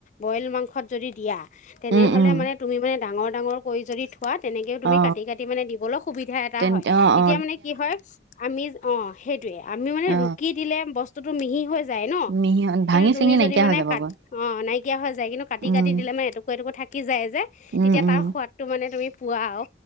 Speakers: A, on the left; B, on the right.
A: বইল মাংসত যদি দিয়া তেনেহ'লে
B: উম উম
A: মানে তুমি মানে ডাঙৰ ডাঙৰ কৰি যদি খোৱা তেনেকেও তুমি
B: অ
A: কাটি কাটি মানে দিবলৈ সুবিধা এটা
B: তেন্তে
A: হয়
B: অ
A: তেতিয়া
B: অ
A: মানে কি হয়, আমি অঁ সেইটোৱে আমি মানে
B: অ
A: ৰুকি দিলে বস্তুটো মিহি হৈ যায় ন।
B: মিহি
A: কিন্তু
B: ভাঙি
A: তুমি
B: চিঙি নাইকিয়া
A: যদি মানে
B: হৈ যাবগৈ
A: কাট অ নাইকিয়া হৈ যায় কিন্তু কাটি
B: উম
A: কাটি দিলে মানে এটুকু এটুকু থাকি যায় যে,
B: উম
A: তেতিয়া
B: উম
A: তাৰ সোৱাদটো মানে তুমি পোৱা আও